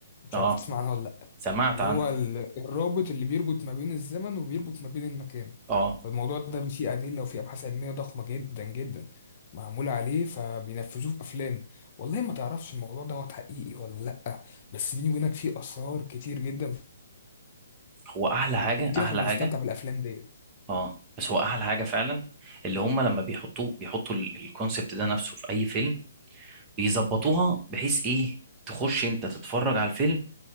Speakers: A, on the left; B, on the right.
A: مش
B: اه
A: عارف تسمع عنها ولا لا
B: سمعت
A: اللي
B: عنها
A: هو ال- الرابط اللي بيربط ما بين الزمن وبيربط ما بين المكان
B: اه
A: فالموضوع ده فيه ادله وفيه ابحاث علميه ضخمه جدا جدا معموله عليه فبينفذوه في افلام والله ما تعرفش الموضوع دوت حقيقي ولا لا بس بيني وبينك فيه اسرار كتير جدا
B: هو احلى حاجه
A: كل كده
B: احلى
A: احنا بنستمتع
B: حاجه
A: بالافلام ديت
B: اه بس هو احلى حاجه فعلا اللي هم لما بيحطوه بيحطوا الكونسبت ده نفسه في اي فيلم بيظبطوها بحيث ايه تخش انت تتفرج على الفيلم